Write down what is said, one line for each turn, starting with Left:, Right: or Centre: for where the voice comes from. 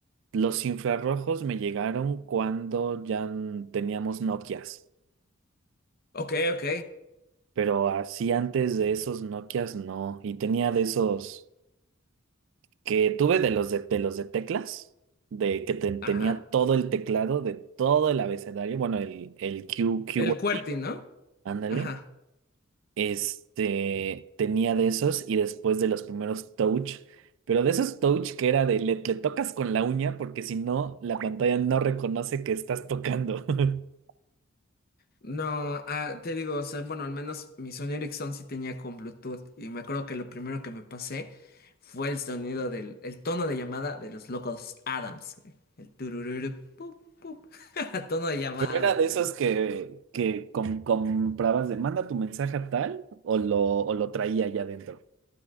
Right: Los infrarrojos me llegaron cuando ya n- teníamos Nokias.
Left: Ok, ok.
Right: Pero así antes de esos Nokias no. Y tenía de esos que tuve de los de, de los de teclas, de que te- tenía
Left: Ajá.
Right: todo el teclado de todo el abecedario, bueno, el, el Q, Q,
Left: El QWERTY, ¿no?
Right: ándale.
Left: Ajá.
Right: Este, tenía de esos y después de los primeros Touch, pero de esos Touch que era de le, le tocas con la uña porque si no, la pantalla no reconoce que estás tocando. <laughs>
Left: No, ah, te digo, o sea, bueno, al menos mi Sony Ericsson sí tenía con Bluetooth y me acuerdo que lo primero que me pasé fue el sonido del, el tono de llamada de los locos Adams, güey. El turururu, pup, pup. <laughs> Tono de llamada,
Right: ¿Era de
Left: güey.
Right: esos que, que com- comprabas de manda tu mensaje a tal o lo, o lo traía allá adentro?